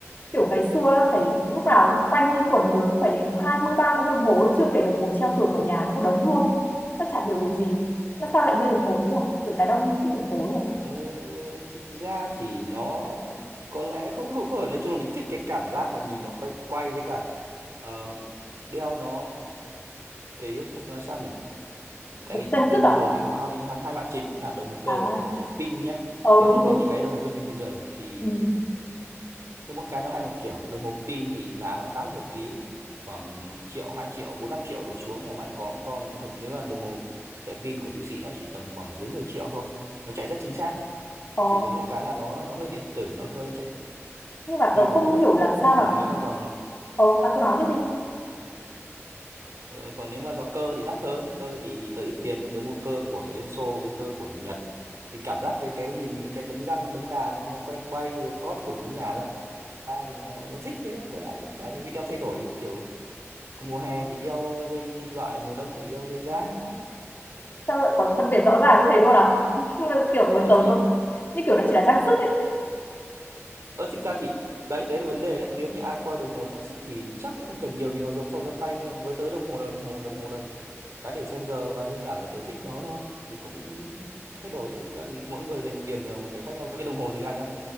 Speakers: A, on the left; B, on the right.
A: kiểu ngày xưa phải lúc nào cũng quanh quẩn người cũng phải đến 20 30 cái đồng hồ ấy, chưa kể đồng hồ treo tường vào nhà cũng một đống luôn nó chả hiểu được gì nó sao lại mê đồng hồ thế nhở kiểu đàn ông thích đồng hồ nhở
B: Ờ, thực ra thì nó có lẽ không không không nói chung là mình thích cái cảm giác mà nhìn nó quay quay với cả ờ, đeo nó cái nó sao nhỉ tại
A: Vẫn
B: vì
A: trang
B: t-
A: sức
B: đồng
A: à
B: hồ thì nó có hai hai hai loại chính là đồng hồ cơ
A: à
B: và đồng hồ chạy pin nhá
A: ờ
B: nếu
A: đúng
B: không tính
A: đúng
B: những cái đồng hồ thông minh bây giờ thì
A: ừ.
B: cứ mỗi cái nó hay một kiểu đồng hồ pin thì giá nó khá là hợp lý khoảng triệu hai triệu bốn năm triệu đổ xuống là bạn có một con thật nếu là đồng hồ chạy pin của Thụy Sĩ nó chỉ tầm khoảng dưới 10 triệu thôi nó chạy rất chính xác
A: ờ.
B: chỉ có mỗi cái là nó nó hơi điện tử nó hơi chạy
A: nhưng mà
B: pin
A: tớ
B: một
A: không
B: chút
A: hiểu làm sao
B: còn
A: mà
B: nếu mà dòng
A: ờ bạn cứ nói tiếp đi
B: ờ, còn nếu mà dòng cơ thì đắt hơn cơ thì thì tớ ít tiền nên tớ mua cơ của Liên Xô với cơ của Nhật thì cảm giác cái cái nhìn những cái bánh răng bánh đà nó nó quay quay rồi cót cùng nó nhả ra ra thì nó nó thích thế đó còn lại cũng chả gì vì đeo thay đổi kiểu mùa hè thì đeo dây kim loại mùa đông thì đeo dây da
A: sao lại có phân biệt rõ ràng như thế luôn à <laughs> Nhưng mà kiểu với
B: ờ
A: tớ
B: thì
A: nó như kiểu nó chỉ là trang sức ấy
B: Ờ thực ra thì đấy đấy là vấn đề đấy nếu như ai coi đồng hồ trang sức thì chắc cũng không cần nhiều vì nó giống vòng đeo tay nhưng mà với tớ đồng hồ là đồng hồ đồng hồ là cái để xem giờ và đơn giản là tớ thích nó thôi thì cũng thay đổi thực ra thì mỗi người dành tiền vào một cái khác nhau với đồng hồ thực ra nhá